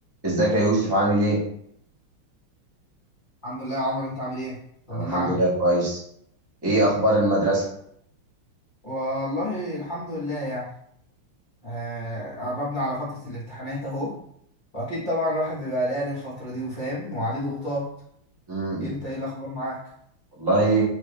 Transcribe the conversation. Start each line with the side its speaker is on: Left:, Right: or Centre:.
Right: ازيك يا يوسف عامل ايه؟
Left: الحمد لله يا عمر انت عامل ايه طمنا
Right: انا الحمد
Left: عنك
Right: لله كويس ايه اخبار المدرسة؟
Left: والله الحمد لله يعني آه قربنا على فترة الامتحانات اهو واكيد طبعا الواحد بيبقى قلقان الفترة دي وفاهم وعليه ضغوطات
Right: مم.
Left: انت ايه الاخبار معاك
Right: والله